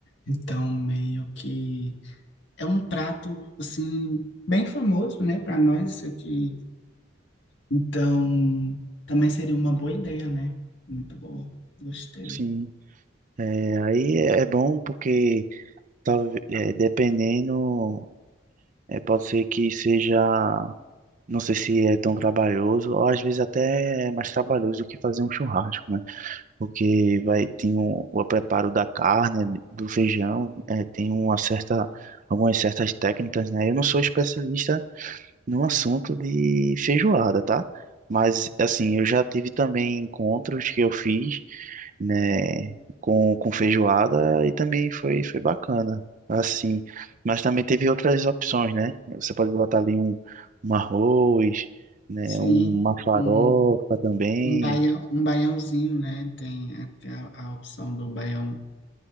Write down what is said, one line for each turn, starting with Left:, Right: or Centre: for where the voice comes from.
Left: Então, meio que é um prato, assim, bem famoso, né, para nós isso aqui. Então, também seria uma boa ideia, né? Muito boa. Gostei.
Right: sim, é, aí é é bom porque talvez é, dependendo, é, pode ser que seja, não sei se é tão trabalhoso, ou às vezes até é mais trabalhoso do que fazer um churrasco, né? Porque vai, tem um- o preparo da carne, do feijão, é, tem uma certa, algumas certas técnicas, né? Eu não sou especialista no assunto de feijoada, tá? Mas, assim, eu já tive também encontros que eu fiz, né, com, com feijoada e também foi, foi bacana, assim. Mas também teve outras opções, né? Você pode botar ali um, um arroz, né,
Left: Sim,
Right: uma farofa
Left: um,
Right: também.
Left: um, baião, um baiãozinho, né? Tem a, a a opção do baião